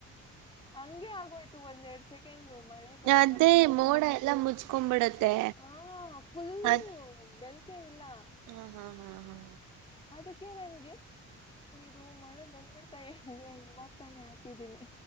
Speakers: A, on the left; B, on the right.
A: ಹಂಗೆ ಆಗೋಯ್ತು ಒಂದ್ ಎರಡ್ ಸೆಕೆಂಡ್. ಊ ಮಳೆ ಬರೋ
B: ಅದೇ
A: ತರ ಸೌಂಡು
B: ಮೋಡ ಎಲ್ಲ ಮುಚ್ಕೊಂಡ್ಬಿಡತ್ತೆ
A: ಹ ಫುಲ್ಲು
B: ಅದ್
A: ಬೆಲ್ಕೆ ಇಲ್ಲ.
B: ಹಾ ಹಾ ಹಾ ಹಾ
A: ಅದಕ್ಕೆ ನನ್ಗೆ ಇದು ಮಳೆ ಬಂದ್ಬಿಡ್ತಾ ಹೆ ಹಂಗೆ ಇವಾಗ ತಾನೆ ಹಾಕಿದ್ದೀನಿ